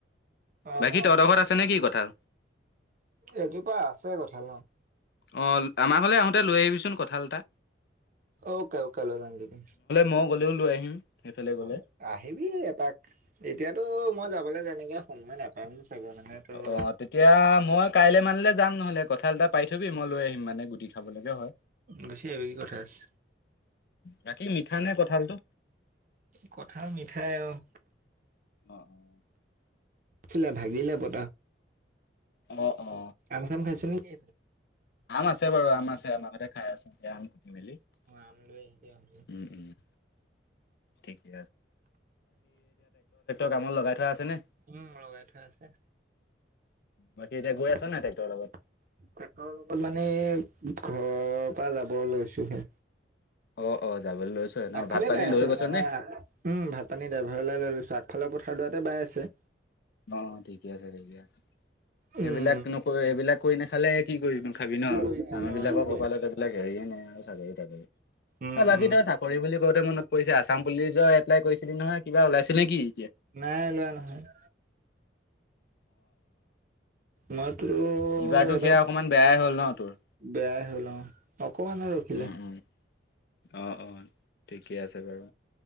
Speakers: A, on the right; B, on the left.
A: অ',
B: বাকী
A: অ',
B: তহঁতৰ আছে নেকি কঁঠাল?
A: এজোপা আছে কঁঠাল অ',
B: অ', আমাৰ ঘৰলে আহোঁতে লৈ আহিবিচোন কঠা <unintelligible>
A: অ'কে, অ'কে লৈ <unintelligible>
B: মই লৈ আহিম। সেইফালে গ'লে
A: হ'ব, আহিবি এপাক। এতিয়াতো মই যাবলে তেনেকে সময় নাপাম। চাগে মানে তোৰ
B: অ'তেতিয়া মই কাইলে মানলে যাম, নহ'লে কঠাল এটা পাৰি থবি মই লৈ আহিম মানে গুটি। খাবলৈকে হয়
A: গুচি আহিবি কি কথা আছে।
B: বাকী মিঠা নে কঠালটো?
A: কঠাল মিঠা অ'।
B: অ'
A: আছিলে ভাগিলে পতা।
B: অ অ অ
A: আম, চাম খাইছনে কি।
B: আম আছে বাৰু আম আছে, আম ঘৰতে খাই আছে। <unintelligible> উম',
A: আম লৈ আহিবি আম
B: উম', ঠিকে তামোত লগাই থোৱা আছে। নে?
A: উম'লগাই থোৱা আছে।
B: বাকী
A: তেখেতৰ
B: এতিয়া গৈ আছা নাই ট্ৰেক্টৰৰ লগত?
A: লগত মানে ঘৰৰ পৰা যাব লৈছোহে।
B: অ', অ', যাবলৈ লৈছো ন
A: আগফালে
B: ভাত পানী
A: বাই আছে
B: লৈ
A: মানে
B: গৈছ
A: আমাৰ
B: নে?
A: উম', ভাত পানী ড্ৰাইভাৰলে লৈ লৈলছো আগফালৰ। খাদুৱাতে বাই আছে।
B: অ', ঠিকে আছে, ঠিকে আছে সেইবিলাক
A: উম
B: নকৰি সেইবিলাক কৰি নাখালে কি কৰি। খাবি ন,
A: কি কৰি খাম
B: আমাৰ
A: ন
B: বিলাকৰ
A: এইবোৰকে
B: কপালত এবিলাক হেৰিয়ে নাই আৰু চাকৰি, তাকৰি।
A: উম
B: বাকী
A: উম
B: তই চাকৰি বুলি কওঁতে মনত পৰিছে আছাম পুলিচৰ এপ্লাই কৰিছিলি নহয় কিবা ওলাইছিল নে কি এতিয়া
A: নাই লোৱা নহয়। মইতো
B: এইবাৰতো
A: এবাৰ
B: সেয়া অকমান বেয়াই হ'ল ন তোৰ।
A: বেয়াই হ'ল অ', অকমান ৰখিলে।
B: উম, উম, অ', অ', ঠিকেই আছে বাৰু